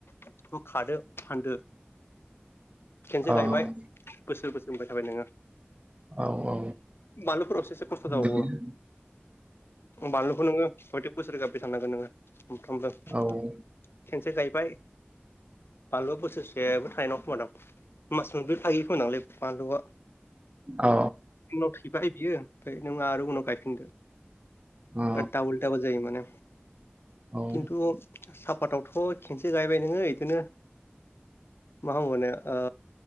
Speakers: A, on the left (about 70°); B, on the right (about 30°).
A: बेखौ खादो फानदो। खेनसे
B: अ
A: गायबाय बोसोर बोसोर मोनबाय थाबाय नोङो
B: औ औ
A: बानलुफोरावसो एसे खस्थ' जाबावओ
B: बिदिनो
A: बानलुखौ नोङो <unintelligible> नोंङो
B: ओं
A: <unintelligible> खेनसे गायबाय बानलुआ बोसोरसेबो थायनाय नङा खोमा दां मास मोन ब्रै थायो खोमाादांलै बानलुआ
B: औ
A: जोंनाव थैबाय बियो ओमफ्राय नों आरो उनाव गायफिनदो
B: औ
A: दाबल दाबल जायो माने
B: औ
A: खिन्थु आफादावथ' खेनसे गायबाय नोङो बिदिनो मा होनबावनो ओ